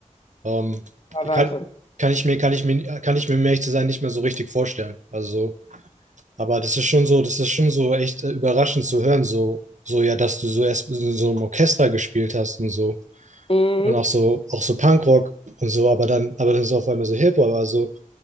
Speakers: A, on the right (about 65°); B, on the left (about 45°).
A: Ähm,
B: Ja,
A: ich
B: danke.
A: kann, kann ich mir, kann ich mir, kann ich mir, um ehrlich zu sein, nicht mehr so richtig vorstellen. Also so, aber das ist schon so, das ist schon so echt äh, überraschend zu hören, so, so ja, dass du so erst in so einem Orchester gespielt hast und so.
B: Mhm.
A: Und auch so, auch so Punkrock und so, aber dann, aber dann so auf einmal so Hip-Hop. Also